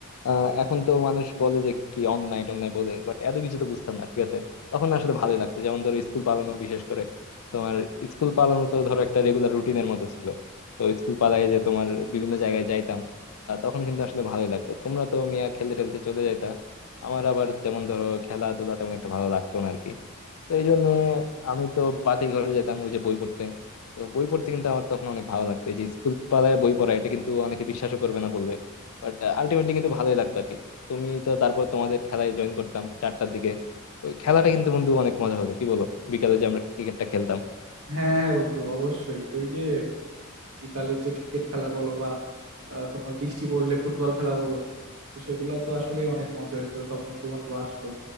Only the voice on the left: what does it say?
আহ এখন তো মানুষ বলে যে কি অন নাইট অন বলে বাট এত কিছু তো বুঝতাম না ঠিক আছে তখন না আসলে ভালোই লাগতো যেমন ধরো স্কুল পালানো বিশেষ করে তোমার স্কুল পালানো তো ধরো একটা রেগুলার রুটিনের মতো ছিল তো স্কুল পালায় যে তোমার বিভিন্ন জায়গায় যাইতাম আহ, তখন কিন্তু আসলে ভালোই লাগতো তোমরা তো মিয়া খেলতে টেলতে চলে যাইতা আমার আবার তেমন ধরো খেলাধুলা তেমন একটা ভালো লাগতো না আরকি তো এই জন্য আমি তো বাতি ঘরে যেতাম ওই যে বই পড়তে তো বই পড়তে কিন্তু আমার তখন অনেক ভালো লাগতো এই যে স্কুল পালায় বই পড়া এটা কিন্তু অনেকে বিশ্বাসও করবে না বললে বাট আলটিমেটলি কিন্তু ভালোই লাগতো আর কি তুমি তো তারপর তোমাদের খেলায় জয়েন করতাম চারটার দিকে ওই খেলাটা কিন্তু বন্ধু অনেক মজা হতো কি বলো বিকালে যে আমরা ক্রিকেটটা খেলতাম